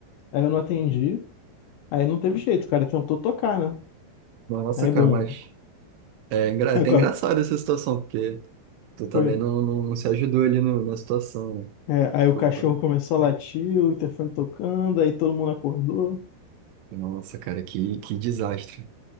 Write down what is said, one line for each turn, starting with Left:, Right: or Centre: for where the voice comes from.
Left: aí eu não atendi, aí não teve jeito, o cara tentou tocar, né?
Right: Nossa,
Left: Aí
Right: cara,
Left: bom,
Right: mas é engra- é
Left: aí,
Right: até
Left: o ca-
Right: engraçado essa situação, porque tu também
Left: foi.
Right: não, não, não se ajudou ali no- na situação.
Left: É, aí
Right: Tipo,
Left: o cachorro
Right: pô,
Left: começou a latir, o interfone tocando, aí todo mundo acordou.
Right: nossa, cara, que, que desastre.